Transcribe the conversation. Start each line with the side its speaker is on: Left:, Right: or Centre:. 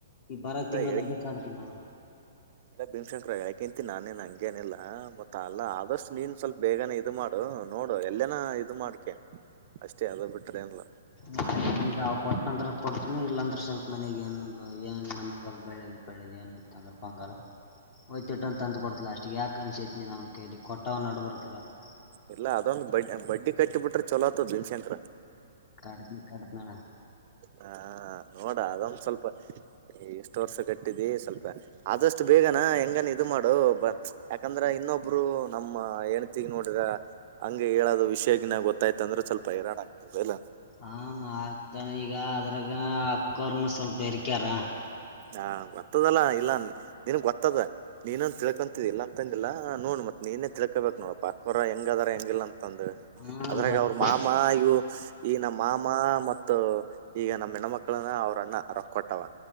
Left: ಈ ಬರ
Right: ಇಲ್ಲ
Left: ತಿಂಗಗಳದ
Right: ಹೇಳಿಕೆ
Left: ಅಡ್ಡೆ ಕಾತನ್ರ.
Right: ಇಲ್ಲ ಭೀಮಶಂಕರ ಯಾಕಂತಿ ನಾನೇನ್ ಹಂಗೇನಿಲ್ಲ ಮತ್ತ ಅಲ್ಲ ಆದಷ್ಟು ನೀನ್ ಸ್ವಲ್ಪ ಬೇಗನೆ ಇದು ಮಾಡ್. ನಡು ನೋಡು ಎಲ್ಲೇನ ಇದು ಮಾಡ್ಕೆ ಅಷ್ಟೇ ಅದು ಬಿಟ್ರೆ ಏನಿಲ್ಲ.
Left: ನ. <inaudible> ಈಗ ಕೊಟ್ಟನಂದ್ರ ಕೊಡ್ತನಿ ಇಲ್ಲಾಂದ್ರೆ ಸ್ವಲ್ಪ ಮನೆಗ್ ಏನು ಏ ಹೆಣ್ಣ್ಮಕ್ಳು ಬೆಳೆದ ಬೆಳೆದ ಏನೈತಿ. ಸಂದರ್ಭಂಗರ. ಒಯ್ತು ಇಟ್ಟಂತ ತಂತ್ ಕೊಡ್ತಲ ಅಷ್ಟಿಗೆ ಯಾಕ ಅನಸೈತಿನಿ ಅವ್ನ್ ಕೇಳಿ ಕೊಟ್ಟ್ ನಡ್ಬರ್ಕ ಅ.
Right: ಇಲ್ಲ ಅದೊಂದು ಬಡ್ಡಿ ಬಡ್ಡಿ ಕಟ್ಟಿ ಬಿಟ್ರೆ ಚಲ ಆತ್ತತದ ಭೀಮಶಂಕ್ರ.
Left: ಕಡ್ತಿ ಕಡ್ತಿನಣ್ಣ.
Right: ಹಾ. ನೋಡ ಅದೊಂದ ಸ್ವಲ್ಪ ಎಷ್ಟು ವರ್ಷ ಕಟ್ಟಿದಿ ಸ್ವಲ್ಪ. ಆದಷ್ಟು ಬೇಗನಾ ಹೆಂಗನ್ ಇದು ಮಾಡು ಯಾಕಂದ್ರ ಇನ್ನೊಬ್ರು. ನಮ್ಮ ಹೆಂಡ್ತಿಗೆ ನೋಡಿದ್ರ. ಹಂಗೆ ಹೇಳದು ವಿಶ್ಯಕಿನ ಗೊತ್ತಾಯ್ತ್ ಅಂದ್ರು ಸ್ವಲ್ಪ ಹಿರಣ. <unintelligible>
Left: ಹಾ ಆಕ್ತನ ಈಗ ಅದ್ರಾಗ ಅಕ್ಕೋರ್ನು ಸ್ವಲ್ಪ್ ಬೆರ್ಕ್ಯಾರ.
Right: ಹಾ ಗೊತ್ತದಲ್ಲ ಇಲ್ಲ ನಿನ್ಗ್ ಗೊತ್ತದ. ನೀನೊಂದ್ ತಿಳ್ಕೊಂತಿದಿ ಇಲಂತಂದಿಲ್ಲ ನೋಡ್ ಮತ್ ನೀನೆ ತಿಳ್ಕೋಬೇಕ್ ನೋಡಪ ಅಕೋರ ಹೆಂಗದರ ಹೆಂಗಿಲ್. ಅಂತಂದು
Left: ಹಾ
Right: ಅದ್ರಗ
Left: ಗೊತ್ತ
Right: ಅವ್ರ ಮಾಮ ಇವ್ ಈ ನಮ್ ಮಾಮ ಮತ್ತು ಈಗ ನಮ್ ಹೆಣಮಕ್ಳನ ಅವ್ರ ಅಣ್ಣ ರೊಕೊಟ್ಟವ.